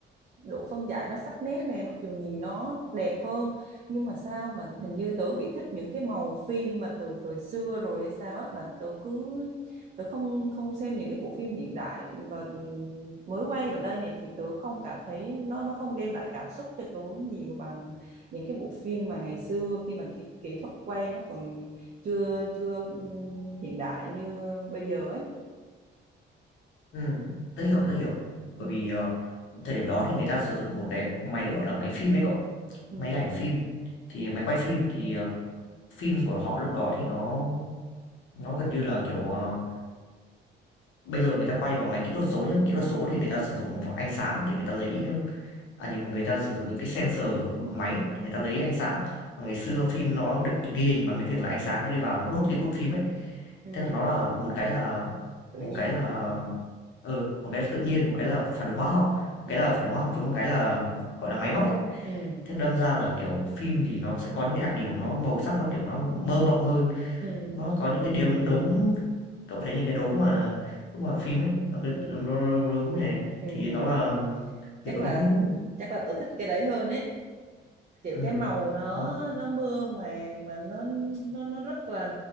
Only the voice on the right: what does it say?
độ phân giải nó sắc nét nè mặc dù nhìn nó đẹp hơn nhưng mà sao mà hình như tớ bị thích những cái màu phim mà từ thời xưa rồi hay sao á mà tớ cứ tớ không không xem những cái bộ phim hiện đại và mới quay ở đây này thì tớ không cảm thấy nó nó không đem lại cảm xúc cho tớ nhiều bằng những cái bộ phim mà ngày xưa khi mà kỹ, kỹ thuật quay nó còn chưa chưa ừm, hiện đại như bây giờ ấy
ừ
ừ
ừ
ừ
tự
nhiên
ừ
ừ
ừ
ừ
ừ
ừ.
ừ,
ừ. chắc
là chắc là tớ thích cái đấy hơn ấy kiểu
cái màu nó
nó mơ màng mà nó nó nó rất là